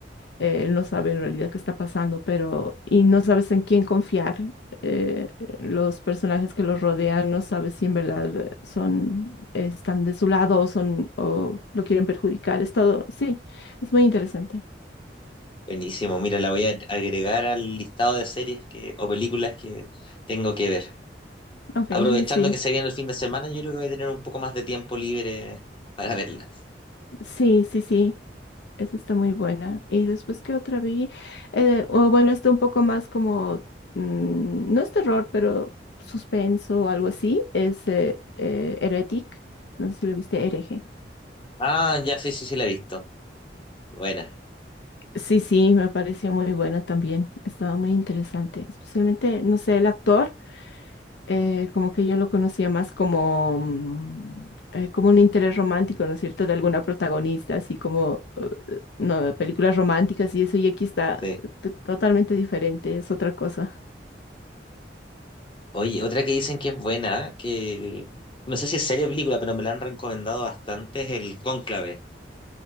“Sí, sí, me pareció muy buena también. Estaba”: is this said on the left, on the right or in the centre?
Left